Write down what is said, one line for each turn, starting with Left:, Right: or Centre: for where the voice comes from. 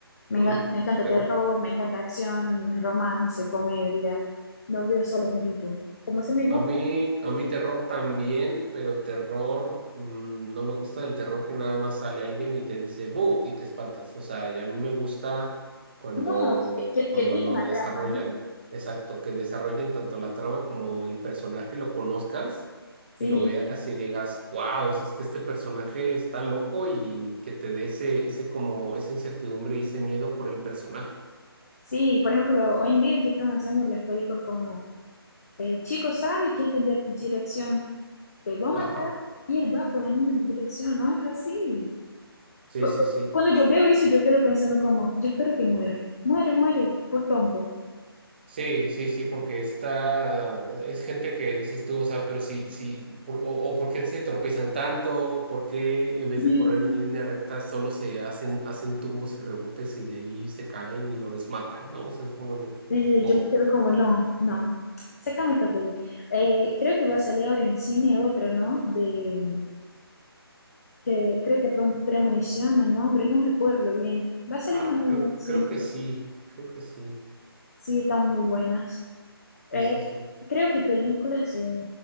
Left: Me,
Right: Hmm,
Left: enga- me encanta
Right: ok.
Left: terror, me encanta acción, romance, comedia. No veo solo un tipo. Como se me gusta.
Right: A mí,
Left: pues,
Right: a mí
Left: ¿eh?
Right: terror también, pero terror, mm, no me gusta el terror que nada más sale alguien y te dice ¡bu! y te espantas. O sea, y a mí me gusta cuando,
Left: No, que, que,
Right: cuando
Left: que tenga
Right: lo
Left: una
Right: desarrollan.
Left: trama, ¿no?
Right: Exacto, que desarrollen tanto la trama como el personaje, lo conozcas
Left: Sí,
Right: y lo veas y digas, wow, es que este personaje está loco y que te dé ese, ese como, esa incertidumbre y ese miedo por el personaje.
Left: sí, por ejemplo, hoy en día que están haciendo las películas como, el chico sabe que es de dirección te va a
Right: Ajá,
Left: matar y él va por la misma dirección, no es así.
Right: sí,
Left: Cu-
Right: sí,
Left: cu-
Right: sí.
Left: Cuando yo veo eso, yo quedo pensando como, yo espero que muera, muere, muere, por tonto.
Right: Sí, sí, sí, porque está, es gente que dices tú, o sea, pero sí, sí, por- o, o por qué se tropiezan tanto, por qué en vez
Left: Y
Right: de correr en línea recta solo se hacen, hacen tumbos y rebotes y de ahí se caen y lo desmatan, ¿no? O sea, es como de,
Left: y
Right: "Oh,
Left: yo me quedo como, no, no, sácame esta peli. Eh, creo que va a salir ahora en cine otra, ¿no? De, que creo que pre- premonición, el nombre, no recuerdo bien. Va a salir
Right: ah,
Left: una nueva
Right: creo,
Left: en cine.
Right: creo que sí, creo que sí,
Left: Sí, están muy buenas.
Right: sí,
Left: Eh,
Right: sí, sí.
Left: creo que películas eh,